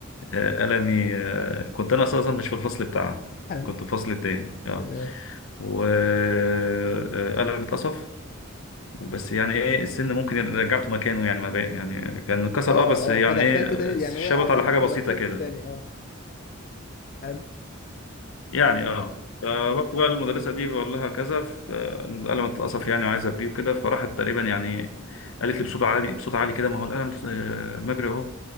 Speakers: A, on the left; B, on the left.
A: آه، قلمي آه، كنت انا اساسا مش في الفصل بتاعها
B: حلو
A: كنت في الفصل التاني اه
B: تمام
A: وقلمي اتقصف بس يعني ايه السن ممكن رجعته مكانه يعني ما بي... يعني كان اتكسر
B: اه
A: اه بس يعني
B: اه فدخلته
A: ايه
B: تاني
A: شبط
B: يعني وقع على الأرض
A: على حاجه
B: فدخلته
A: بسيطه كده
B: تاني اه حلو
A: يعني اه فرحت بقى للمدرسه دي بقول لها كذا ف- القلم اتقصف يعني وعايز ابريه كده فراحت تقريبا يعني قالت لي بصوت عالي بصوت عالي كده ما هو القلم آه، مبري اهو